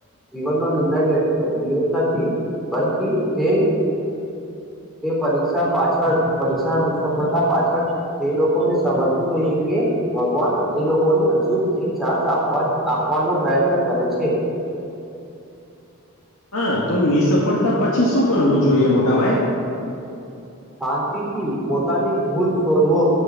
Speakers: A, in the centre; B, on the left.
A: જીવન નો નિર્ણય લેત નથી, બલકી તે પરીક્ષા પાછળ પરીક્ષા સફળતા પાછળ, તે લોકોને સમજવું જોઈએ કે ભગવાન એ લોકોને હજુ એક ચાન્સવા આપવાનો પ્રયત્ન કરે છે.
B: હા તો નિસફળતા પછી શું કરવું જોઈએ મોટાભાઈ?
A: શાંતિથી પોતાની ભૂલ શોધવો.